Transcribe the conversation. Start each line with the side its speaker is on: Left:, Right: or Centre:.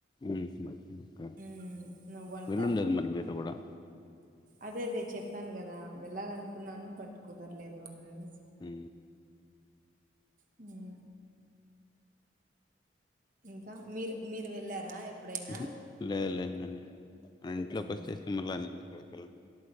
Left: ఉహు ఇంక
Right: ఉమ్, నువ్వంట
Left: వెల్లుండేది మరి మీరు కూడా
Right: అదే అదే చెప్పాన్ గదా‌. వెళ్ళాలనుకున్నాను బట్ కుదర్లేదు అనిననేస్
Left: హు
Right: హు ఇంకా మీర్ మీరు వెళ్ళారా. ఎప్పుడైనా
Left: ఉహు లే లే నంని ఆ ఇంట్లో
Right: ఉమ్,
Left: ఫ్రస్ స్టేషన్ మళ్ళా ఎందుకులే పొయెది పిల్ల